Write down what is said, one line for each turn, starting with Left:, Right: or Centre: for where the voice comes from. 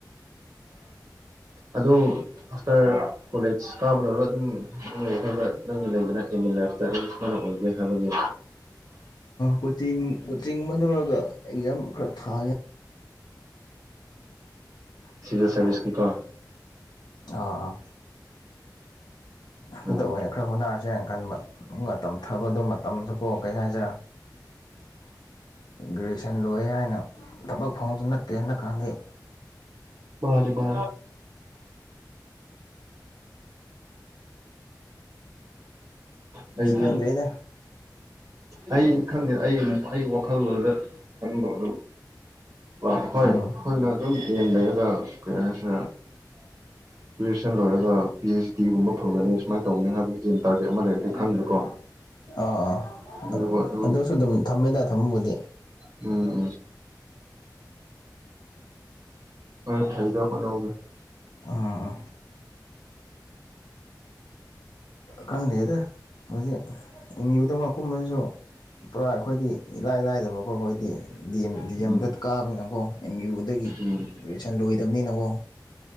Right: ꯑꯗꯨ ꯑꯥꯐꯇꯔ ꯀꯣꯂꯦꯖ ꯀꯥꯕ ꯂꯧꯔꯒ ꯑꯗꯨꯝ ꯅꯪꯒꯤ ꯃꯐꯝꯗ ꯅꯪꯒꯤ ꯂꯩꯗꯅ ꯑꯦꯦꯝꯃꯤꯟ ꯂꯥꯏꯐꯇ ꯑꯩ ꯁꯃꯥꯏꯅ ꯑꯣꯏꯒꯦ ꯍꯥꯏꯕꯒꯤ
Left: ꯀꯣꯆꯤꯡ ꯀꯣꯆꯤꯡ ꯑꯃ ꯂꯧꯔꯒ ꯑꯦꯛꯖꯥꯝ ꯈꯔ ꯊꯥꯒꯦ
Right: ꯁꯤꯚꯤꯜ
Left: <unintelligible>
Right: ꯁꯥꯔꯚꯤꯁꯀꯤꯀꯣ
Left: ꯑꯥ ꯑꯥ
Right: ꯑꯣ
Left: ꯑꯗꯨꯗ ꯑꯣꯏꯅ ꯈꯔ ꯍꯣꯠꯅꯔꯁꯦꯅ ꯈꯟꯕ ꯇꯝꯊꯕꯗꯣ ꯃꯇꯝꯁꯨ ꯀꯣ ꯀꯩ ꯍꯥꯏꯁꯔ ꯒ꯭ꯔꯦꯖꯨꯌꯦꯁꯟ ꯂꯣꯏ ꯍꯥꯏꯅ ꯊꯕꯛ ꯐꯪꯕꯁꯨ ꯅꯠꯇꯦ ꯍꯟꯗꯛꯀꯥꯟꯗꯤ
Right: ꯔꯦ ꯔꯦ ꯍꯥꯏꯗꯤ
Left: ꯑꯁ ꯈꯪꯗ꯭ꯔꯦꯗ
Right: ꯑꯩ ꯈꯪꯗꯦ ꯑꯩ ꯑꯩ ꯋꯥꯈꯜꯂꯣꯟꯗ ꯊꯟꯕ ꯑꯗꯨ ꯍꯣꯏ
Left: ꯎꯝ
Right: ꯑꯩꯈꯣꯏꯅ ꯑꯗꯨꯝ ꯑꯦꯝ ꯂꯩꯔꯒ ꯀꯩ ꯍꯥꯏꯁꯤꯦ ꯒ꯭ꯔꯦꯖꯨꯌꯦꯁꯟ ꯂꯣꯏꯔꯒ ꯄꯤ ꯑꯩꯆ ꯇꯤꯒꯨꯝꯕ ꯊꯣꯡꯒꯅꯤ ꯁꯨꯃꯥꯏꯅ ꯇꯧꯅꯤ ꯍꯥꯏꯕꯒꯤꯟ ꯇꯥꯔꯒꯦꯠ ꯑꯃ ꯂꯩꯔꯒꯗꯤ ꯈꯪꯗꯦꯀꯣ
Left: ꯑꯥ ꯑꯥ
Right: ꯑꯗꯨꯕꯨ ꯑꯗꯨ
Left: ꯑꯗꯨꯁꯨ ꯑꯗꯨꯝ ꯊꯝꯃꯦꯗ ꯊꯝꯃꯕꯨꯗꯤ
Right: ꯎꯝ ꯑ ꯀ ꯐꯥꯏꯗ ꯐꯅ ꯑꯣꯏꯗ
Left: ꯑꯥ ꯈꯪꯗ꯭ꯔꯦ ꯍꯦꯗ ꯍꯧꯖꯤꯛ ꯑꯦꯝ ꯌꯨꯗꯧ ꯑꯃ ꯀꯨꯝꯕꯗꯨꯁꯨ ꯄꯨꯔꯥ ꯑꯩꯈꯣꯏꯗꯤ ꯏꯂꯥꯏ ꯂꯥꯏꯗꯕꯀꯣꯠ ꯑꯩꯈꯣꯏꯗꯤ ꯗꯤ ꯑꯦꯝ ꯗꯤ
Right: ꯎꯝ
Left: ꯑꯦꯝꯗ ꯀꯥꯕꯅꯤꯅꯀꯣ ꯑꯦꯝ ꯌꯨꯗꯒꯤ
Right: ꯎꯝ
Left: ꯒ꯭ꯔꯦꯖꯨꯑꯦꯁꯟ ꯂꯣꯏꯗꯕꯅꯤꯅꯀꯣ